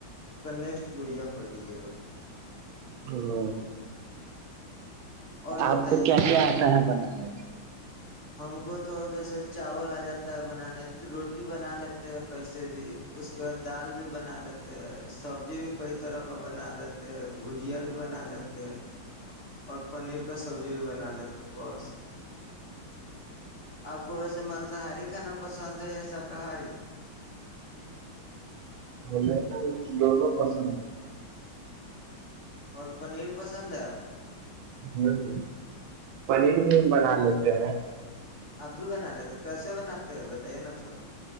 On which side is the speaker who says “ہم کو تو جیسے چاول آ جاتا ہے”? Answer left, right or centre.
Left